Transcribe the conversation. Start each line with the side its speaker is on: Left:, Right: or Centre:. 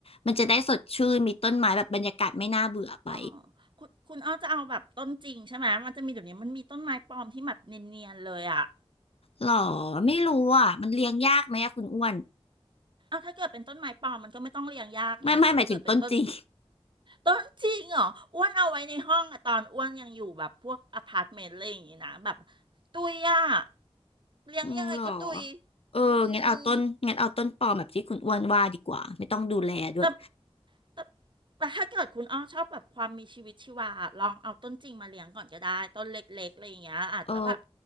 Left: มันจะได้สดชื่นมีต้นไม้แบบบรรยากาศไม่น่าเบื่อไป
Right: อออคุณคุณอ้อจะเอาแบบต้นจริงใช่ไหมมันจะมีเดี๋ยวนี้มันมีต้นไม้ปลอมที่แบบเนียนๆเลยอ่ะ
Left: หรอไม่รู้อ่ะมันเลี้ยงยากไหมอะคุณอ้วน
Right: เอาถ้าเกิดเป็นต้นไม้ปลอมมันก็ไม่ต้องเรียงยากไงแต่ถ้าเกิดเป็นต้น
Left: ไม่ไม่หมายถึงต้นจริง
Right: ต้นจริงเหรออ้วนเอาไว้ในห้องอะตอนอ้วนยังอยู่แบบพวกอพาร์ตเมนต์อะไรอย่างงี้นะแบบตุยอ่ะ
Left: <laughs>
Right: เลี้ยงยังไงก็ตุย
Left: อืมหรอเอองั้นเอาต้นงั้นเอาต้นปลอมแบบที่คุณอ้วนว่าดีกว่าไม่ต้องดูแลด้วย
Right: อืมแต่ แต่ แต่ถ้าเกิดคุณอ้อชอบแบบความมีชีวิตชีวาลองเอาต้นจริงมาเลี้ยงก่อนก็ได้ต้นเล็กๆอะไรอย่างเงี้ยอาจจะแบบ
Left: เออ